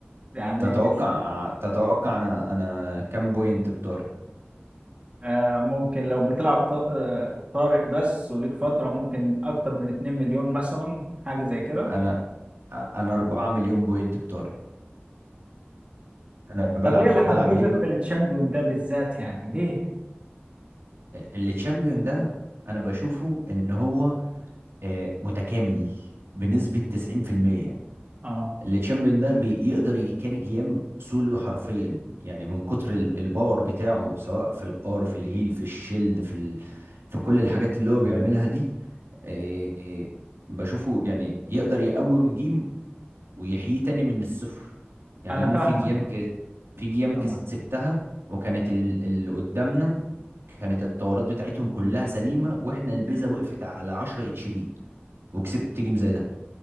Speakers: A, on the right; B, on the right.
A: يعني
B: تتوقع تتوقع انا انا كام بوينت بطارق
A: آه ممكن لو بتلعب ط- آه، طارق بس وليك فترة ممكن اكتر من 2 مليون مثلا حاجة زي كده
B: انا انا 4 مليون بوينت بطارق انا بلعب
A: طب ايه اللي
B: بلعب
A: حببك
B: ليج
A: في التشامبيون ده بالذات يعني ليه؟
B: اللي تشامبيون ده انا بشوفه ان هو آه، متكامل بنسبة 90%
A: اه
B: اللي تشامبيون ده بيقدر يكاري جيم سولو حرفيا يعني من كتر ال- الباور بتاعه سواء في الار في الهيل في الشيلد في ال... في كل الحاجات اللي هو بيعملها دي آه، بشوفه يعني يقدر يقوم جيم ويحييه تاني من الصفر يعني
A: انا
B: انا
A: فاهمك
B: في جيام كده في جيام
A: فاهمك
B: كسبتها وكانت ال- اللي قدامنا كانت التورات بتاعتهم كلها سليمة واحنا البيزا وقفت على 10 اتش بي وكسبت جيم زي ده